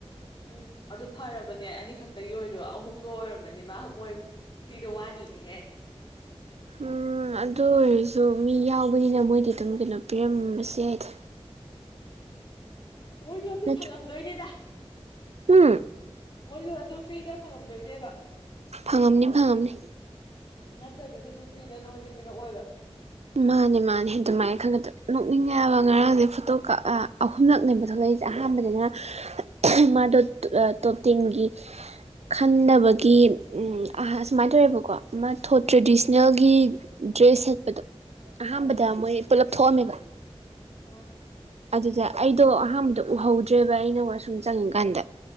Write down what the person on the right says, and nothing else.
ꯎꯝ ꯑꯗꯨ ꯑꯣꯏꯔꯁꯨ ꯃꯤ ꯌꯥꯎꯕꯅꯤꯅ ꯃꯣꯏꯗꯤ ꯑꯗꯨꯝ ꯀꯩꯅꯣ ꯄꯤꯔꯝꯕꯁꯨ ꯌꯥꯏꯗ
ꯅꯠꯇ꯭ꯔ
ꯎꯝ
ꯐꯪꯉꯝꯅꯤ ꯐꯪꯉꯝꯅꯤ
ꯃꯥꯅꯦ ꯃꯥꯅꯦ ꯑꯗꯨꯃꯥꯏꯅ ꯈꯟꯒꯗ ꯅꯣꯛꯅꯤꯡ ꯍꯥꯏꯕ ꯉꯔꯥꯡꯁꯦ ꯐꯣꯇꯣ ꯀꯥꯞ ꯑꯍꯨꯝꯂꯛꯅꯦꯕ ꯊꯣꯛꯂꯛꯏꯁꯦ ꯁꯦ ꯑꯍꯥꯟꯕꯗꯅ
<unintelligible> ꯃꯥꯗꯣ ꯇꯣꯇꯦꯡꯒꯤ ꯈꯟꯗꯕꯒꯤ ꯑ ꯑꯁꯨꯃꯥꯏꯅ ꯇꯧꯋꯦꯕꯀꯣ ꯃꯥ ꯊꯣ ꯇ꯭ꯔꯦꯗꯤꯁꯅꯦꯜꯒꯤ ꯗ꯭ꯔꯦꯁ ꯁꯦꯠꯄꯗꯣ ꯑꯍꯥꯟꯕꯗ ꯃꯣꯏ ꯄꯨꯂꯞ ꯊꯣꯛꯑꯝꯃꯦꯕ
ꯑꯗꯨꯗ ꯑꯩꯗꯣ ꯑꯍꯥꯟꯕꯗ ꯎꯍꯧꯗ꯭ꯔꯦꯕ ꯑꯩꯅ ꯋꯥꯁꯔꯨꯝ ꯆꯪꯉꯤꯀꯥꯟꯗ